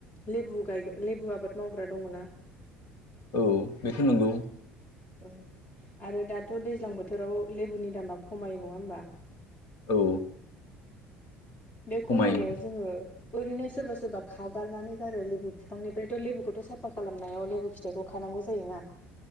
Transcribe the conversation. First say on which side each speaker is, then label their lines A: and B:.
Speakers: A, on the left; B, on the left.
A: लेबु गायगा लेबु आबाद मावग्रा दङ' ना।
B: औ बे थ' नोंगौ
A: ओ आरो दाथ' दैज्लां बोथोराव लेबुनि दामा खमायो नङा होमबा।
B: औ
A: बे खमायनायाव
B: खमायो
A: जोङो ओरैनो सोरबा सोरबा खावगारनानै गारो लेबु फिफांनिफ्रायथ' लेबुखौथ' साफा खालामनायाव लेबु फिथाइखौ खानांगौ जायो ना।